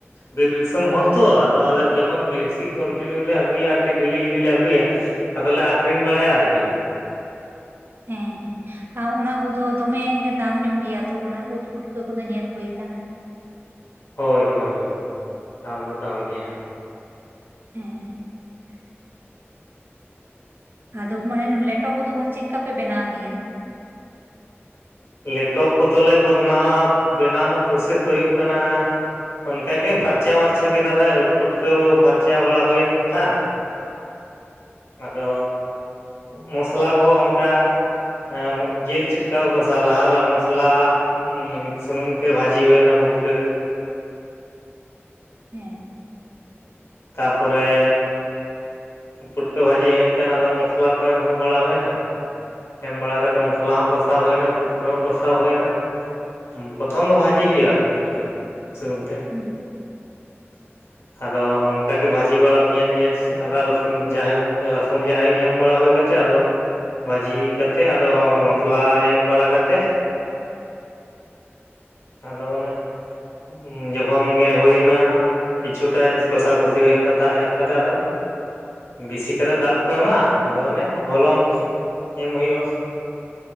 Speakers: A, on the left; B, on the right.
A: ᱵᱤᱨ ᱫᱤᱥᱚᱢ ᱦᱚᱲ ᱛᱚ ᱟᱫᱚ ᱟᱞᱮ ᱡᱚᱠᱷᱚᱱ ᱵᱮᱥᱤ ᱠᱚᱱᱴᱤᱱᱤᱭᱩ ᱞᱮ ᱟᱹᱜᱩᱭᱟ ᱟᱨᱠᱤ ᱰᱮᱞᱤ ᱡᱚᱫᱤ ᱞᱮ ᱟᱹᱜᱩᱭᱟ ᱟᱫᱚᱞᱮ ᱟᱹᱠᱷᱨᱤᱧ ᱵᱟᱲᱟᱭᱟ ᱟᱨᱠᱤ ᱾
B: ᱦᱮᱸ ᱦᱮᱸ ᱾ ᱟ ᱚᱱᱟ ᱠᱚᱫᱚ ᱫᱚᱢᱮᱜᱮ ᱫᱟᱢ ᱧᱚᱜ ᱜᱮᱭᱟ ᱛᱚ ᱚᱱᱟ ᱳᱫ ᱯᱩᱴᱠᱟᱹ ᱠᱚᱫᱚ ᱧᱮᱞ ᱦᱳᱭ ᱠᱟᱱᱟ ᱾
A: ᱦᱳᱭ ᱦᱳᱭ ᱦᱳᱭ ᱫᱟᱢ ᱫᱚ ᱫᱟᱢ ᱜᱮᱭᱟ ᱾
B: ᱦᱮᱸ ᱾ ᱟᱫᱚ ᱢᱟᱱᱮ ᱞᱮᱴᱚ ᱠᱚᱫᱚ ᱪᱮᱜᱠᱟᱯᱮ ᱵᱮᱱᱟᱣ ᱜᱮᱭᱟ?
A: ᱞᱮᱴᱚ ᱠᱚᱫᱚᱞᱮ ᱵᱚᱱ ᱱᱟᱣᱟ ᱵᱮᱱᱟᱣ ᱱᱟᱜ ᱯᱨᱚᱥᱮᱥ ᱫᱚ ᱦᱩᱭᱩᱜ ᱠᱟᱱᱟ ᱚᱱᱠᱟᱜᱮ ᱯᱷᱟᱨᱪᱟ ᱢᱟᱨᱪᱟ ᱠᱮᱫᱟᱞᱮ ᱩᱫ ᱯᱩᱴᱠᱟᱹ ᱯᱷᱟᱨᱪᱟ ᱵᱟᱲᱟ ᱦᱳᱭᱮᱱ ᱠᱷᱟᱱ ᱟᱫᱚ ᱢᱚᱥᱞᱟ ᱠᱚ ᱚᱝᱠᱟ ᱮᱻ ᱡᱤᱞ <unintelligible> ᱛᱟᱨ ᱞᱟᱦᱟᱨᱮ ᱢᱚᱥᱞᱟ ᱩᱸ ᱥᱩᱱᱩᱢ ᱛᱮ ᱵᱷᱟᱹᱡᱤ ᱦᱩᱭᱱᱟ ᱯᱩᱴᱠᱟᱹ ᱾
B: ᱦᱮᱸ ᱾
A: ᱛᱟᱯᱚᱨᱮ ᱯᱩᱴᱠᱟᱹ ᱵᱷᱟᱹᱡᱤ ᱦᱩᱭᱮᱱ ᱠᱷᱟᱱ ᱟᱫᱚ ᱢᱚᱥᱞᱟ ᱠᱚ ᱮᱢ <inaudible> ᱵᱟᱲᱟ ᱦᱩᱭᱱᱟ ᱾ ᱮᱢ ᱵᱟᱲᱟ ᱠᱟᱛᱮᱫ ᱢᱚᱥᱞᱟ ᱦᱚᱸ ᱠᱚᱥᱟᱣ ᱦᱩᱭᱱᱟ ᱯᱩᱴᱠᱟᱹ ᱦᱚᱸ ᱠᱚᱥᱟᱣ ᱦᱩᱭᱱᱟ ᱾ ᱦᱩᱸ ᱯᱨᱚᱛᱷᱚᱢ ᱫᱚ ᱵᱷᱟᱹᱡᱤ ᱦᱩᱭᱩᱜᱼᱟ ᱟᱨᱠᱤ ᱯᱤᱴᱠᱟᱹ ᱥᱩᱱᱩᱢ ᱛᱮ ᱾
B: ᱦᱩᱸ ᱾
A: <inaudible> ᱟᱫᱚ ᱚᱱᱠᱟᱜᱮ ᱵᱷᱟᱹᱡᱤ ᱵᱟᱲᱟ ᱯᱮᱸᱭᱟᱡᱽ ᱢᱮᱭᱟᱡᱽ ᱟᱫᱟ ᱨᱚᱥᱩᱱ ᱡᱟᱭᱦᱳᱠ ᱨᱟᱹᱥᱩᱱ ᱡᱟᱦᱟᱸᱭ ᱜᱮ ᱮᱢ ᱵᱟᱲᱟ ᱦᱳᱭ ᱠᱟᱛᱮᱫ ᱟᱫᱚ ᱵᱷᱟᱹᱡᱤ ᱠᱟᱛᱮᱫ ᱟᱫᱚ ᱢᱚᱥᱞᱟ ᱮᱢ ᱵᱟᱲᱟ ᱠᱟᱛᱮ ᱟᱫᱚ ᱚᱱᱮ ᱩᱸ ᱡᱚᱠᱷᱚᱱ ᱜᱮ ᱦᱳᱭᱱᱟ ᱠᱤᱪᱷᱩᱴᱟᱜ ᱠᱚᱥᱟ ᱠᱚᱥᱤ ᱦᱳᱭᱮᱱ ᱠᱷᱟᱱ ᱫᱟᱜ ᱮᱢ ᱠᱟᱛᱮ ᱟᱫᱚ ᱵᱤᱥᱤ ᱠᱟᱛᱮ ᱫᱟᱜ ᱠᱚ ᱮᱢᱟ ᱟᱫᱚ ᱚᱱᱮ ᱦᱚᱞᱚᱝ ᱮᱢ ᱦᱩᱭᱩᱜᱼᱟ ᱾